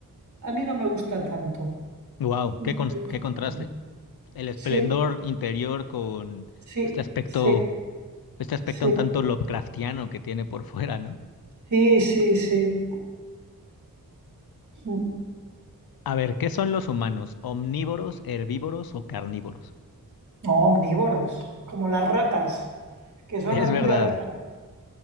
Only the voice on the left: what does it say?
Wow,
qué, cons-
qué contraste.
El esplendor
interior con
este aspecto,
este aspecto
un tanto Lovecraftiano que tiene por fuera, ¿no?
A ver, ¿qué son los humanos? ¿Omnívoros, herbívoros o carnívoros?
Es
verdad,